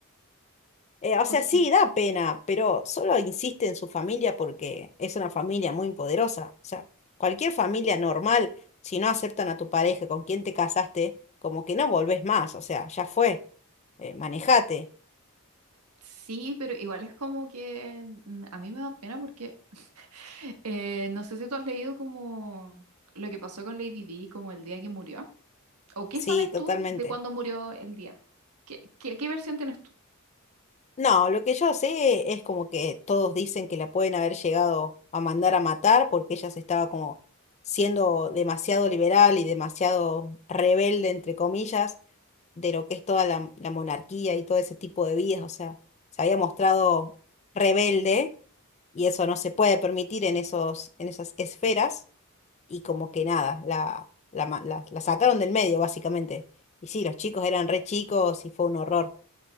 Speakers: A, on the left (about 30°); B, on the right (about 80°).
A: Eh, o sea,
B: porque
A: sí, da pena, pero solo insiste en su familia porque es una familia muy poderosa. O sea, cualquier familia normal, si no aceptan a tu pareja con quien te casaste, como que no volvés más. O sea, ya fue, eh, manejate.
B: sí, pero igual es como que mm, a mí me da pena porque Eh, no sé si tú has leído como lo que pasó con Lady Di, como el día que murió. ¿O qué
A: Sí,
B: sabes
A: totalmente.
B: tú de cuándo murió el día? ¿Qué, qué- qué versión tienes tú?
A: No, lo que yo sé es como que todos dicen que la pueden haber llegado a mandar a matar porque ella se estaba como siendo demasiado liberal y demasiado rebelde, entre comillas de lo que es toda la, la monarquía y todo ese tipo de vidas, o sea, se había mostrado rebelde y eso no se puede permitir en esos, en esas esferas y como que nada, la, la, ma- la- la sacaron del medio básicamente. Y sí, los chicos eran re chicos y fue un horror.